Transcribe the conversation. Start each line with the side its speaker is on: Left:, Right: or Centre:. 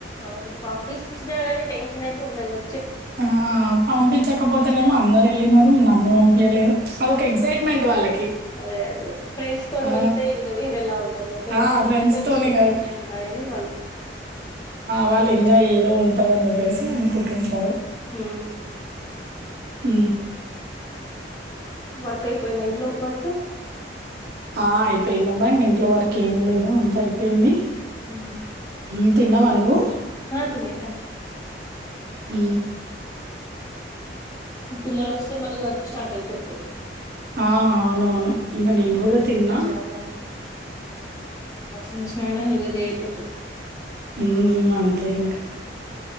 Left: అవును పంపిించిన కానీ టెన్షన్ అయితే ఉంటది వ
Right: ఆ పంపించకపోతేనేమో అందరుూ వెళ్ళిన నన్ను పంపయలేదు అదొక ఎగసైట్మెంట్ వాళ్ళకి
Left: అదే అదే ఫ్రెండ్స్ తో
Right: ఆ!
Left: వెళ్తే ఇంకా వేరేలా ఉంటుంది పేరెంట్స్
Right: ఆ!
Left: తో
Right: ఫ్రెండ్స్‌తోని
Left: వెళ్తే తే రిస్ట్రిక్షన్స్ఉంటాయ అని వాళ్ళకి
Right: వాళ్ళు ఎంజాయ్ ఏయ్యదో ఉంటుందని చెప్పేసి అనుకుంటుంటారు
Left: హ
Right: అ
Left: వర్క్ అయిపోయిందా ఇంట్లో వర్క్
Right: ఆ అయిపోయింది అబ్బా ఇక ఇంట్లో వరకు ఏం లేదు అంత అయిపోయింది
Left: హ
Right: హ్మ్. తిన్నావా నువ్వు
Left: హా తినేస
Right: అ
Left: పిల్లలు వస్తే మళ్ళీ వర్క్ స్టార్ట్ అయిపోతుది
Right: ఆ అవునవును ఇంకా నేను
Left: వాళ్ళకి
Right: కూడా
Left: తినిపించడం
Right: తిన్నా
Left: నువ్వు స్నానం అదే అయిపోత
Right: ఉ అంతే ఇంకా